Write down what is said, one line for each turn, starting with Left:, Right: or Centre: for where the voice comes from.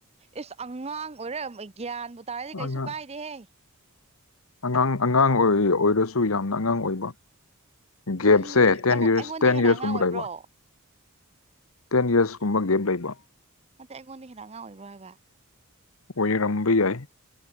Right: ꯏꯁ ꯑꯉꯥꯡ ꯑꯣꯏꯔ ꯒ꯭ꯌꯥꯟꯕꯨ ꯇꯥꯔꯗꯤ ꯀꯩꯁꯨ
Left: ꯑꯉꯥꯡ
Right: ꯀꯥꯏꯗꯦꯍꯦ
Left: ꯑꯉꯥꯡ ꯑꯉꯥꯡ ꯑꯣꯏ ꯑꯣꯏꯔꯁꯨ ꯌꯥꯝꯅ ꯑꯉꯥꯡ ꯑꯣꯏꯕ ꯒꯦꯞꯁꯦ
Right: ꯆꯍꯤ
Left: ꯇꯦꯟ
Right: ꯑꯩꯉꯣꯟ
Left: ꯌꯔꯁ
Right: ꯑꯩꯉꯣꯟꯗ
Left: ꯇꯦꯟ
Right: ꯍꯦꯟꯅ
Left: ꯌꯔꯁꯀꯨꯝꯕ
Right: ꯑꯉꯥꯡ ꯑꯣꯏꯕ꯭ꯔꯣ
Left: ꯂꯩꯕ ꯇꯦꯟ ꯏꯌꯔꯁꯀꯨꯝꯕ ꯒꯦꯞ ꯂꯩꯕ
Right: ꯅꯠꯇꯦ ꯑꯩꯉꯣꯟꯗꯩ ꯍ‌ꯦꯟꯅ ꯑꯉꯥꯡ ꯑꯣꯏꯕ꯭ꯔꯣ ꯍꯥꯏꯕ
Left: ꯑꯣꯏꯔꯝꯕ ꯌꯥꯏ